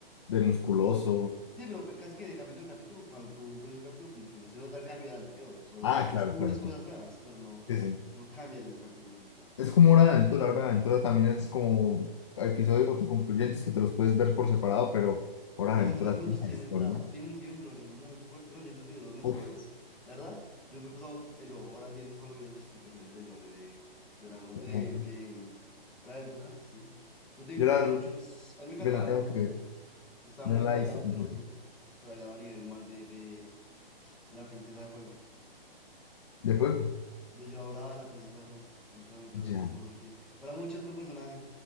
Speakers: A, on the left; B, in the centre.
A: de musculoso.
B: Sí, pero ca- casi que de capítulo a capítulo, cuando tú ves un capítulo, como que no se nota el cambio del anterior, solo
A: Ah,
B: te descubres
A: claro, claro.
B: cosas
A: claro.
B: nuevas, pero no,
A: Sí, sí.
B: no cambia el capítulo como tal.
A: Es como Hora de Aventura. Hora de Aventura también es como episodios autoconcluyentes que te los puedes ver por separado, pero Hora
B: Pero
A: de Aventura
B: si los de juntos
A: tiene
B: tienen,
A: una historia.
B: traba- tienen, un- tienen un lore muy fuerte, ¿no? Yo creo que de los mejores.
A: Uf,
B: La verdad, yo me he pasado eso, horas viendo solo videos de explicaciones del lore de Dragon,
A: yo
B: de, de Hora de Aventura, sí. No te digo
A: la,
B: para muchos, a mí me encantaba,
A: me la tengo
B: me encantaba,
A: que ver.
B: yo, yo estaba
A: Yo
B: muy
A: no la
B: tragado,
A: hice completa.
B: te lo juro, tragado a nivel mal de, de la princesa de fuego.
A: de juego.
B: de Joa Brava, la princesa fue con todo mi corazón,
A: Ya.
B: no sé por qué. Para muchos fue un personaje,